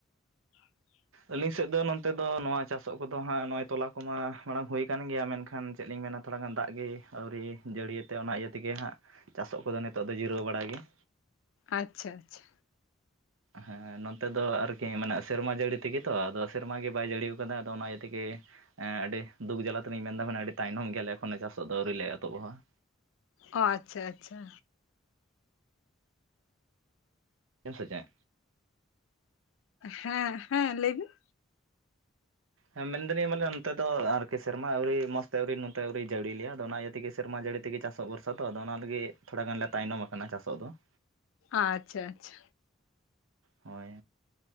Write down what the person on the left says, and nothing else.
<inaudible>
ᱟᱪᱪᱷᱟ ᱟᱪᱪᱷᱟ᱾
ᱚ ᱟᱪᱪᱷᱟ ᱟᱪᱪᱷᱟ᱾
ᱦᱮᱸ ᱦᱮᱸ ᱞᱟᱹᱭ ᱵᱤᱱ
ᱟᱪᱪᱷᱟ ᱟᱪᱪᱷᱟ᱾